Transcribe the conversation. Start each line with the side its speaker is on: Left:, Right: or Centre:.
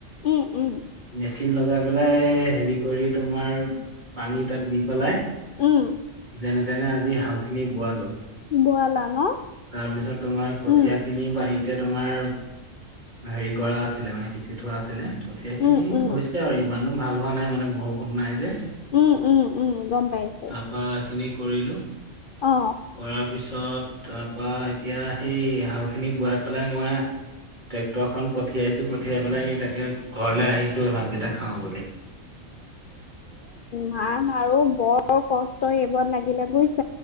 Left: উম উম
Right: মেচিন লগাই পেলাই হেৰি কৰি তোমাৰ পানী তাত দি পেলাই
Left: উম
Right: যেনে তেনে আজি হাল খিনি বোৱালো।
Left: বোৱালা ন
Right: তাৰপিছত তোমাৰ কঠিয়
Left: উম
Right: খিনি বাৰীতে তোমাৰ ভৰি কৰা আছিলে মানে সিচি থোৱা আছিলে কঠিয়া খিনি
Left: উম উম
Right: হৈছে আৰু ইমানো ভাল হোৱা নাই মানে বহুত ষূণ নাই যে।
Left: উম - উম। উম গম পাইছো
Right: তাৰ পৰাা সেইখিনি কৰিলো।
Left: অ
Right: কৰাৰ পিছত তাৰপা এতিয়া সেই উম, খিনি বোৱাই পেলাই মই ট্ৰেক্টৰ খ পঠিয়াইছো পঠিয়াই পেলাই ই তাকে ঘৰলৈ আহিছো ভালকেইটা খাও বুলি।
Left: ভান আৰু বৰ কষ্ট এইবোৰ লাগিলে বুজ